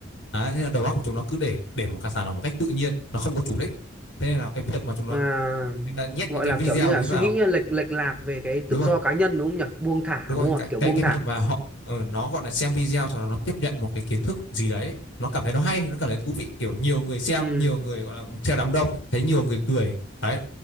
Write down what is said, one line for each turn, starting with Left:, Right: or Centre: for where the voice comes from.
Left: Đấy, nên là đầu óc của chúng nó cứ để để một cái sản phẩm một cách tự nhiên nó không có chủ đích thế nên là cái việc mà chúng nó
Centre: à
Left: người ta nhét
Centre: gọi
Left: những cái
Centre: là
Left: video
Centre: kiểu như
Left: ấy
Centre: là suy
Left: vào
Centre: nghĩ lệch lệch lạc về cái
Left: đúng
Centre: tự
Left: rồi
Centre: do cá nhân đúng không nhỉ buông thả
Left: đúng
Centre: đúng
Left: rồi
Centre: không
Left: cái
Centre: kiểu
Left: cái,
Centre: buông
Left: cái
Centre: thả
Left: việc mà họ ờ, nó gọi là xem video cho nó tiếp nhận một cái kiến thức gì đấy nó cảm thấy nó hay nó cảm thấy thú vị kiểu nhiều người xem
Centre: ừ
Left: nhiều người gọi là theo đám đông thấy nhiều người cười đấy